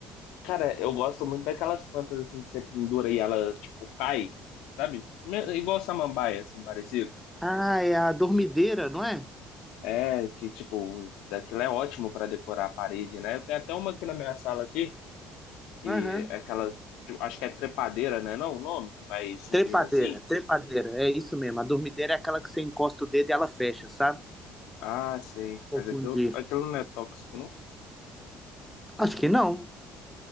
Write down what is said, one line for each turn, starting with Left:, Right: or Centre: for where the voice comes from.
Left: Cara, eu gosto muito daquelas plantas assim que você pendura e ela, tipo, cai, sabe? Me- Igual samambaia, assim, parecido.
Centre: Ah, é a dormideira, não é?
Left: É, que, tipo, aquilo é ótimo pra decorar a parede, né? Tem até uma aqui na minha sala aqui, que
Centre: Aham.
Left: é aquela, tipo, acho que é trepadeira, né? Não, é o nome, que vai subindo
Centre: Trepadeira,
Left: assim.
Centre: trepadeira, é isso mesmo. A dormideira é aquela que você encosta o dedo e ela fecha, sabe?
Left: Ah, sei.
Centre: Confundir.
Left: Mas aquilo, aquilo não é tóxico, não?
Centre: Acho que não.